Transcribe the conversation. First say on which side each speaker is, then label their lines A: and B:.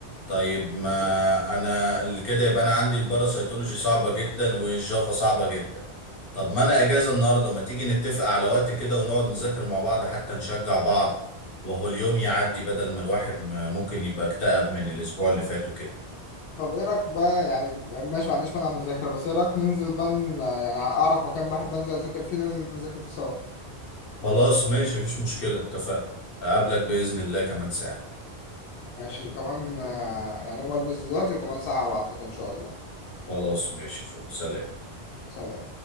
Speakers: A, on the left; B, on the left.
A: طيب ما
B: بالظبط
A: انا ال- كده يبقى انا عندي الباراسيتولوجي صعبة جدا والجافا صعبة جدا طب ما انا اجازة النهاردة ما تيجي نتفق على وقت كده ونقعد نذاكر مع بعض حتى نشجع بعض وهو اليوم يعدي بدل ما الواحد م- ممكن يبقى اكتئب من الاسبوع اللي فات وكده
B: طب ايه رايك بقى يعني ماشي ما عنديش مانع نذاكر بس ايه رايك ننزل بقى ن- يعني اعرف مكان بحب انزل اذاكر فيه ننزل نذاكر فيه سوا
A: خلاص ماشي مفيش مشكلة اتفقنا اقابلك بإذن الله كمان ساعة
B: ماشي كمان آه، يعني اقوم البس دلوقتي وكمان ساعة هبعتلك ان شاء الله
A: خلاص ماشي فل سلام
B: سلام